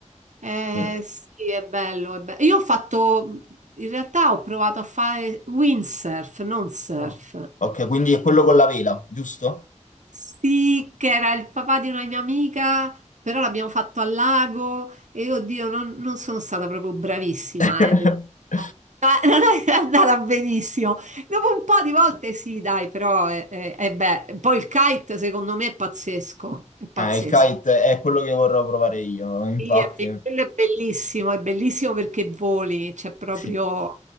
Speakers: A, on the right (about 75°); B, on the left (about 85°).
A: Eh,
B: Sì.
A: sì, è bello, è bello. Io ho fatto, in realtà ho provato a fare windsurf, non surf.
B: Ah. Ok, quindi è quello con la vela, giusto?
A: Sì, che era il papà di una mia amica, però l'abbiamo fatto al lago e oddio, non, non sono stata proprio bravissima,
B: <laughs>
A: eh, devo- <laughs> Non è andata benissimo. Dopo un po' di volte sì, dai, però è, è, è bello. Poi il kite secondo me è pazzesco, è pazzesco.
B: Ah, il kite è quello che vorrò provare io, infatti,
A: Sì, è be-
B: eh,
A: quello è bellissimo, è bellissimo perché voli, c'è proprio,
B: sì,